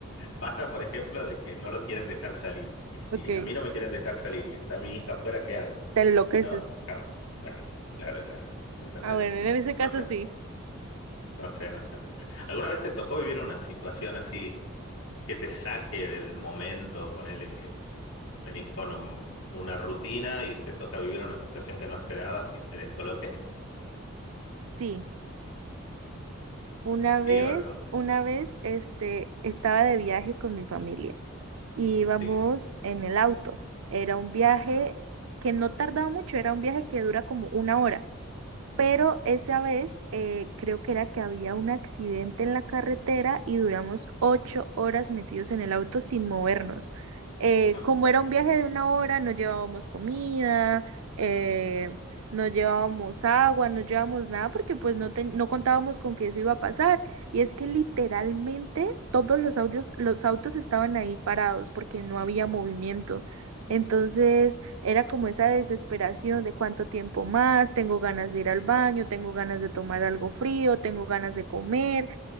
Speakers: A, on the left (about 80°); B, on the right (about 80°).
A: pasa, por ejemplo, de que no lo quieren dejar salir. Y si
B: Ok. Te
A: a mí no me quieren dejar salir y está mi hija afuera, ¿qué hago?
B: enloqueces.
A: Y no, déjame. Claro, claro, claro, claro, ¿me entendés?
B: Ah, bueno, en ese caso
A: No sé,
B: sí.
A: no sé, no sé, no sé. ¿Alguna vez te tocó vivir una situación así que te saque del momento, ponele que, que venís con un- una rutina y te toca vivir una situación que no esperabas y te descoloque?
B: Sí, una
A: Sí,
B: vez,
A: a ver, contá.
B: una vez, este, estaba de viaje con mi familia y íbamos
A: Sí.
B: en el auto. Era un viaje
A: ujú,
B: que no tardaba mucho, era un viaje que dura como una hora. Pero esa vez eh, creo que era que había un accidente en la carretera y duramos ocho horas metidos en el auto sin movernos. Eh,
A: mm,
B: como era un viaje de una hora, no llevábamos comida, eh, no llevábamos agua, no llevábamos nada porque pues no, ten- no contábamos con que eso iba a pasar. Y es que literalmente todos los audios, los autos estaban ahí parados porque no había movimiento. Entonces... Era como esa desesperación de cuánto tiempo más, tengo ganas de ir al baño, tengo ganas de tomar algo frío, tengo ganas de comer.